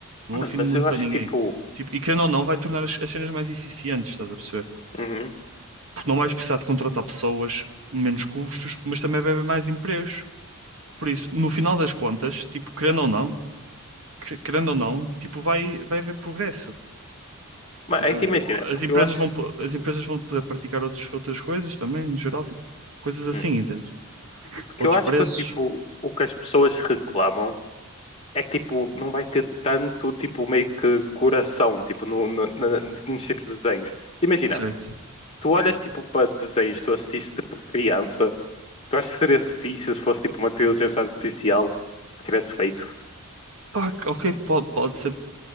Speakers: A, on the right; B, on the left.
A: não
B: Mano,
A: é o fim
B: mas
A: do mundo
B: eu
A: para
B: acho
A: ninguém.
B: tipo.
A: Tipo, e querendo ou não, vai tornar as, as cenas mais eficientes, estás a perceber?
B: Uhum.
A: porque não vais precisar de contratar pessoas, menos custos, mas também vai haver mais empregos. Por isso, no final das contas, tipo, querendo ou não, que- querendo ou não, tipo, vai, vai haver progresso.
B: Mas
A: Tipo,
B: aí te imagina,
A: as
B: porque
A: empresas
B: eu acho.
A: vão, po- as empresas vão poder praticar outros, outras coisas também, no geral, tipo, coisas assim,
B: Hum,
A: entende?
B: Porque
A: Outros
B: eu acho
A: preços,
B: que, tipo, o que as pessoas reclamam é que, tipo, não vai ter tanto, tipo, meio que coração, tipo, no, no, na- nos tipos de desenhos. Imagina,
A: certo?
B: tu olhas, tipo, para desenhos que tu assistes tipo, por criança Tu achas que seria -se fixe se fosse tipo uma inteligência artificial que tivesse feito?
A: Pá, ok, pode, pode ser